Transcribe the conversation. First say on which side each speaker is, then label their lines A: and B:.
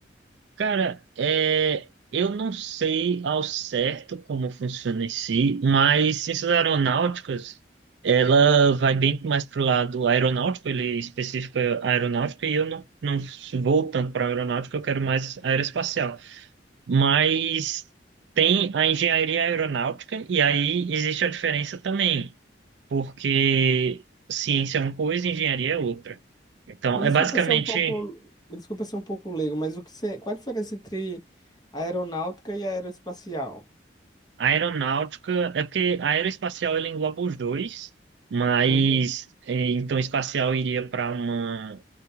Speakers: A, on the right; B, on the left.
A: Cara, é, eu não sei ao certo como funciona em si, mas ciências aeronáuticas, ela vai bem mais para o lado aeronáutico, ele especifica aeronáutica, e eu não, não vou tanto para aeronáutica, eu quero mais aeroespacial. Mas tem a engenharia aeronáutica, e aí existe a diferença também, porque ciência é uma coisa e engenharia é outra. Então,
B: Me desculpa
A: é basicamente.
B: ser um pouco, me desculpa ser um pouco leigo, mas o que você, qual a diferença entre aeronáutica e aeroespacial?
A: A aeronáutica, é porque a aeroespacial ela engloba os dois, mas
B: Uhum,
A: eh, então espacial iria para uma